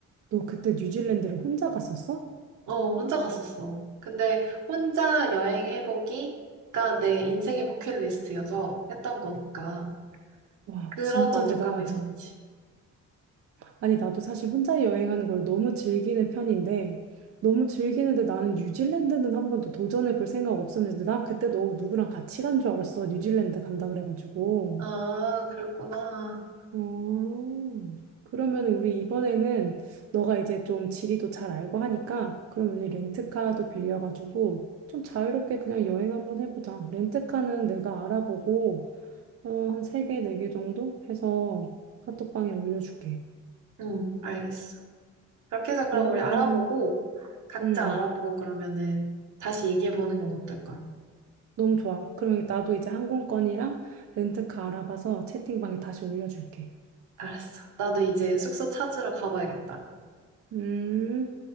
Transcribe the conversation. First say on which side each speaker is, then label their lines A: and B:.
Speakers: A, on the right; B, on the right.
A: 너 그때 뉴질랜드를 혼자 갔었어?
B: 어, 혼자 갔었어. 근데 혼자 여행해보기가 내 인생의 버킷리스트여서 했던 거니까
A: 와,
B: 그런
A: 진짜
B: 만족감이
A: 대단하다.
B: 있었지.
A: 아니, 나도 사실 혼자 여행하는 걸 너무 즐기는 편인데, 너무 즐기는데 나는 뉴질랜드는 한 번도 도전해볼 생각 없었는데, 난 그때 너 누구랑 같이 간 줄 알았어. 뉴질랜드 간다 그래가지고.
B: 아, 그랬구나.
A: 어, 그러면 우리 이번에는 너가 이제 좀 지리도 잘 알고 하니까, 그럼 우리 렌트카도 빌려가지고, 좀 자유롭게 그냥 여행 한번 해보자. 렌트카는 내가 알아보고, 어, 한 세개네 개네개 정도 해서 카톡방에 올려줄게.
B: 응, 알겠어. 그렇게 해서
A: 그러면은,
B: 그럼 우리 알아보고 각자
A: 음.
B: 알아보고 그러면은 다시 얘기해보는 건 어떨까?
A: 너무 좋아. 그러면 나도 이제 항공권이랑 렌트카 알아봐서 채팅방에 다시 올려줄게.
B: 알았어. 나도 이제 숙소 찾으러 가봐야겠다.
A: 음.